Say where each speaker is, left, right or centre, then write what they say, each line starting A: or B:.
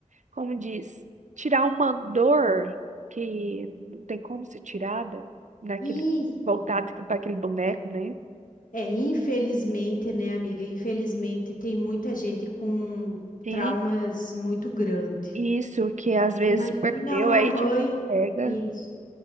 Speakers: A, on the right (about 65°); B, on the left (about 90°).
A: como diz, tirar uma dor que não tem como ser tirada naquele
B: Isso.
A: voltado para aquele boneco,
B: É.
A: né?
B: É, infelizmente, né, amiga? Infelizmente, tem muita gente com
A: Sim,
B: traumas muito grandes.
A: isso que às vezes
B: Imagina
A: perdeu
B: uma
A: aí
B: mãe,
A: tipo pega.
B: isso.